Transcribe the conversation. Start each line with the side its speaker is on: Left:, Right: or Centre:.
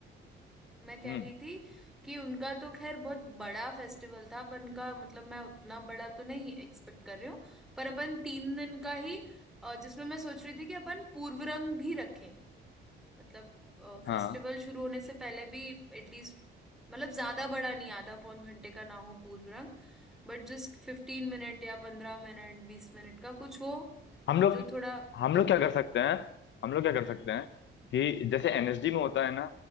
Centre: मैं कह
Left: हम्म
Centre: रही थी कि उनका तो खैर बहुत बड़ा फेस्टिवल था अपन का मतलब मैं उतना बड़ा तो नहीं एक्सपेक्ट कर रही हूँ पर अपन तीन दिन का ही अ, जिसमें मैं सोच रही थी कि अपन पूर्व रंग भी रखें मतलब फेस्टिवल
Left: हाँ
Centre: शुरू होने से पहले भी एटलीस्ट मतलब ज्यादा बड़ा नहीं आधा पौन घंटे का ना हो पूर्व रंग बट जस्ट फिफ्टीन मिनट या पंद्रह मिनट बीस मिनट का कुछ हो
Left: हम लोग
Centre: जो थोड़ा
Left: हम लोग क्या कर सकते हैं हम लोग क्या कर
Centre: हम्म
Left: सकते हैं कि जैसे एनएसडी में होता है ना